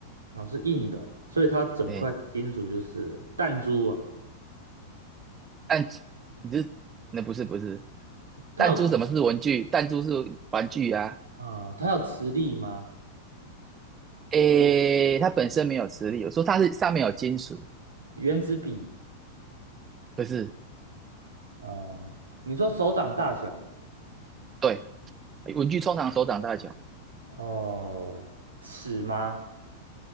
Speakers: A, on the right; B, on the right.
A: 哦，是硬的哦，所以它整块是金属，
B: 哎
A: 就是弹珠啊。
B: 弹珠，你是那不是不是
A: 它有
B: 弹珠？什么是文具？弹珠是玩具啊。
A: 啊、它有磁力吗？
B: 诶，它本身没有磁力，我说它是上面有金属，
A: 原子笔
B: 不是？
A: 啊、呃你说手掌大小吗？
B: 对，文具通常手掌大小，
A: 哦、尺吗？